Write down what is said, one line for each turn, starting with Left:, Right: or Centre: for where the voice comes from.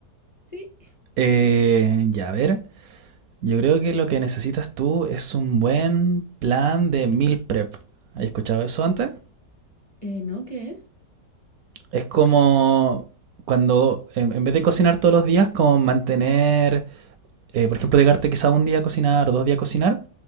Left: Sí.
Right: Eh, ya, a ver, yo creo que lo que necesitas tú es un buen plan de meal prep. ¿Has escuchado eso antes?
Left: Eh, ¿no? ¿Qué es?
Right: Es como cuando, en, en vez de cocinar todos los días, como mantener, eh, por ejemplo, dejarte quizá un día a cocinar o dos días a cocinar,